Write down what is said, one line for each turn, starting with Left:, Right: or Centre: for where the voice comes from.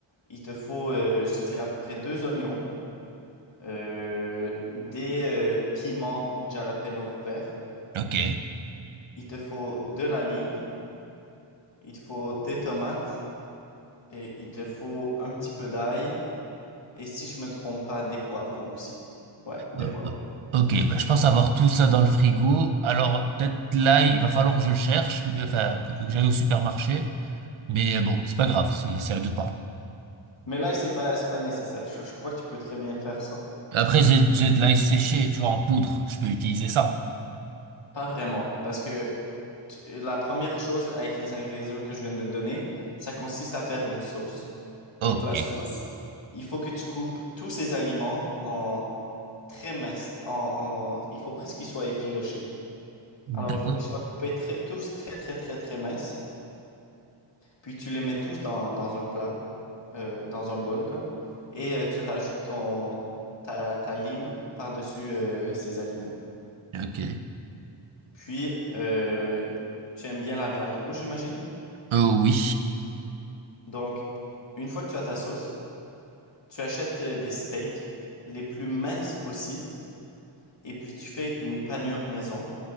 Left: il te faut, euh, je te dirais, à peu près deux oignons, euh, des euh, piments jalapeno verts
Right: Ok.
Left: Il te faut de la lime, il te faut des tomates et il te faut un petit peu d'ail. Et si je me trompe pas, des poivrons aussi. Ouais, des
Right: Euh,
Left: poivrons.
Right: euh, Ok, bah, je pense avoir tout ça dans le frigo. Alors, peut-être là, il va falloir que je le cherche, enfin, que que j'aille au supermarché. Mais euh, bon, c'est pas grave, c'est c'est à deux pas.
Left: Mais l'ail, c'est pas, c'est pas nécessaire. Je, je crois que tu peux très bien faire ça.
Right: Après, j'ai j'ai de l'ail séché, tu vois, en poudre. Je peux utiliser ça.
Left: Pas vraiment. Parce que tu- la première chose avec les ingrédients que je viens de te donner, ça consiste à faire une sauce.
Right: Ok.
Left: Donc la sauce, il faut que tu coupes tous ces aliments en très minces. En, en- en- il faut presque qu'ils soient effilochés.
Right: D'accord.
Left: Alors il faut qu'ils soient coupés très- tous très très très très minces. Puis tu les mets tous dans, dans un plat, euh, dans un bol comme, et euh, tu rajoutes ton, ta, ta lime par-dessus euh, ces aliments.
Right: Ok.
Left: Puis euh, tu aimes bien la viande rouge, j'imagine?
Right: Oh oui.
Left: Donc, une fois que tu as ta sauce, tu achètes euh, des steaks les plus minces possibles, et puis tu fais une panure maison.